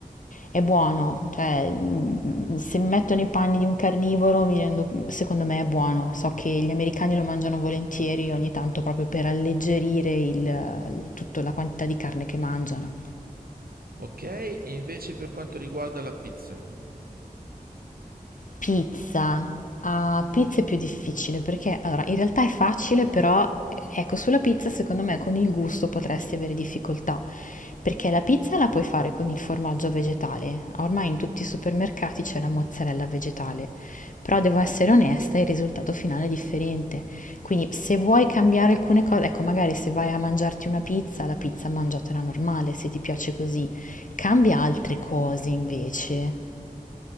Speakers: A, on the left (about 60°); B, on the right (about 85°).
A: È buono, cioè mm, se mi metto nei panni di un carnivoro, mi rendo- secondo me è buono. So che gli americani lo mangiano volentieri ogni tanto proprio per alleggerire il, tutta la quantità di carne che mangiano.
B: Ok, e invece per quanto riguarda la pizza,
A: Pizza. Ah, pizza è più difficile perché allora in realtà è facile, però ecco, sulla pizza secondo me con il gusto potresti avere difficoltà, perché la pizza la puoi fare con il formaggio vegetale. Ormai in tutti i supermercati c'è la mozzarella vegetale, però devo essere onesta, il risultato finale è differente. Quindi se vuoi cambiare alcune cose, ecco, magari se vai a mangiarti una pizza, la pizza mangiatela normale, se ti piace così. Cambia altre cose invece.